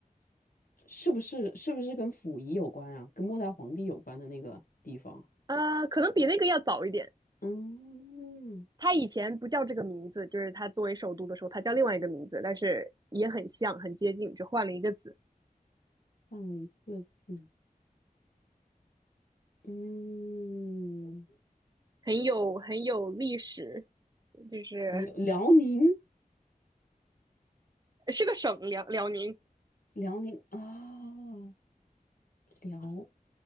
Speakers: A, on the left; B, on the right.
A: 是不是是不是跟溥仪有关啊？跟末代皇帝有关的那个地方？
B: 啊，可能比那个要早一点。
A: 嗯，
B: 它以前不叫这个名字，就是它作为首都的时候，它叫另外一个名字，但是也很像，很接近，只换了一个字，
A: 换了一个字，嗯，
B: 很有很有历史，就是
A: 很有辽宁，
B: 是个省辽辽宁，
A: 辽宁啊，辽，